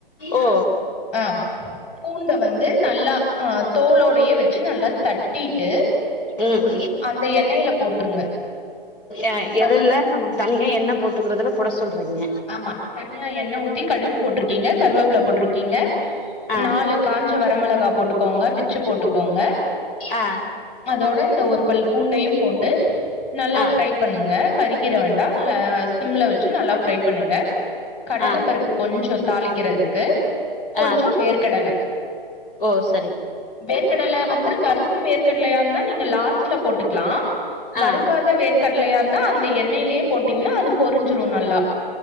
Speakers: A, on the left; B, on the left.
A: ஓ
B: ஆ பூண்ட வந்து நல்லா அ தோலோடையே வெச்சு நல்லா தட்டிட்டு
A: ம்
B: அந்த எண்ணெய்ல போட்டுருங்க
A: அ
B: கடு
A: எதெல்லா தனியா எண்ண போட்டுக்கறதுல பொட சொல்றீங்க
B: ஆமா தனியா எண்ணெ ஊத்தி கடுகு போட்ருக்கீங்க கருவேப்பில போட்டிருக்கீங்க
A: ஆ
B: நாலு காஞ்ச வரமெளகா போட்டுக்கோங்க பிச்சு போட்டுக்கோங்க
A: ஆ
B: அதோட இந்த ஒரு பல் பூண்டையு போட்டு நல்லா
A: ஆ
B: ஃப்ரை பண்ணுங்க கரிகிற வேண்டா ல சிம்ல வெச்சு நல்லா ஃபிரை பண்ணுங்க கடல
A: ஆ
B: பருப்பு கொஞ்சோ தாளிக்கிறதுக்கு கொஞ்சோ
A: ஆ
B: வேற்கடல
A: ஓ சரி
B: வேர்கடல வந்தா வருத்த வேர்கடலையா இந்தா நீங்க லாஸ்ட்ல போட்டுக்கலா வறுக்காத
A: ஆ
B: வேர் கடலையாந்தா அந்த எண்ணெயிலயே போட்டீங்கன்னா அது பொரிஞ்சிரோ நல்லா